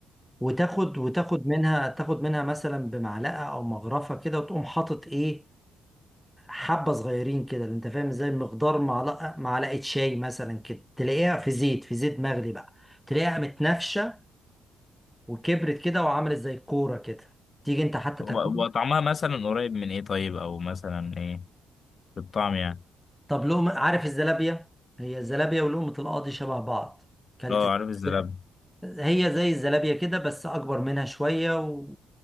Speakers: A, in the centre; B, on the left.
A: وتاخد وتاخد منها تاخد منها مثلا بمعلقة أو مغرفة كده وتقوم حاطط إيه حبة صغيرين كده اللي أنت فاهم إزاي مقدار معلقة معلقة شاي مثلا كده تلاقيها في زيت في زيت مغلي بقى تلاقيها متنفشة وكبرت كده وعملت زي كورة كده تيجي أنت حتى
B: هو
A: تاكلها
B: هو طعمها مثلا قريب من ايه طيب او مثلا ايه في الطعم يعني
A: طب لقمة عارف الزلابية هي الزلابية ولقمة القاضي شبه بعض كلت
B: اه عارف الزلاب
A: هي زي الزلابية كده بس أكبر منها شوية و...